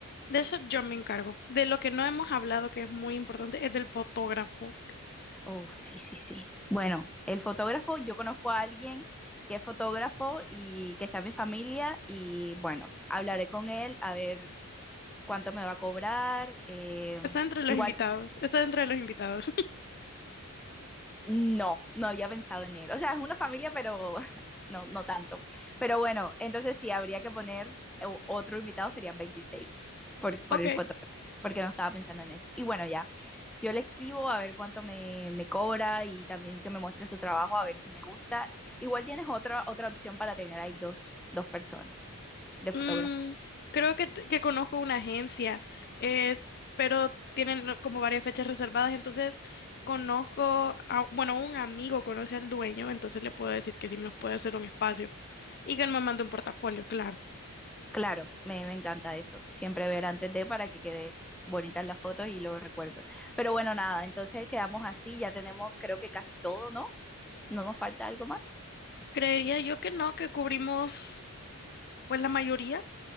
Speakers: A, on the left (about 45°); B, in the centre.
A: de eso yo me encargo. De lo que no hemos hablado, que es muy importante, es del fotógrafo.
B: Oh, sí, sí, sí. Bueno, el fotógrafo, yo conozco a alguien que es fotógrafo y que está en mi familia y bueno, hablaré con él a ver cuánto me va a cobrar. eh,
A: Está entre los
B: igual
A: invitados, está entre los invitados.
B: No, no había pensado en él. O sea, es una familia, pero <laughs> no, no tanto. Pero bueno, entonces sí, habría que poner eh, o- otro invitado, serían 26 por, por
A: <laughs> Ok.
B: el fotógrafo, porque no estaba pensando en eso. Y bueno, ya, yo le escribo a ver cuánto me, me cobra y también que me muestre su trabajo, a ver si me gusta. Igual tienes otra, otra opción para tener ahí dos, dos personas de
A: Mm,
B: fotógrafo.
A: creo que, t- que conozco una agencia, eh, pero tienen ¿no? como varias fechas reservadas, entonces conozco, a- bueno, un amigo conoce al dueño, entonces le puedo decir que sí nos puede hacer un espacio y que me mande un portafolio, claro.
B: Claro, me, me encanta eso. Siempre ver antes de para que quede bonitas las fotos y los recuerdos. Pero bueno, nada, entonces quedamos así, ya tenemos creo que casi todo, ¿no? ¿No nos falta algo más?
A: Creería yo que no, que cubrimos pues la mayoría.